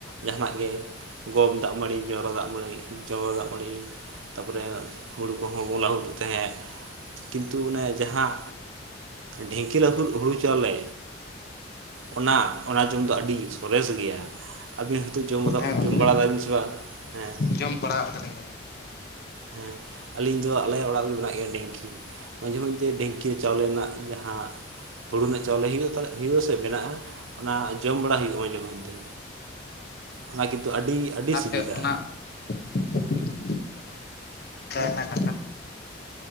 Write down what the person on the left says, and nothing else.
ᱦᱮᱸ ᱜᱚᱝᱠᱮ
ᱡᱚᱢ ᱵᱟᱲᱟ ᱟᱠᱟᱫᱟᱞᱤᱧ ᱜᱟᱝ
ᱚᱱᱟᱛᱮ
ᱚᱱᱟ <unintelligible> ᱟᱱᱤᱡ᱾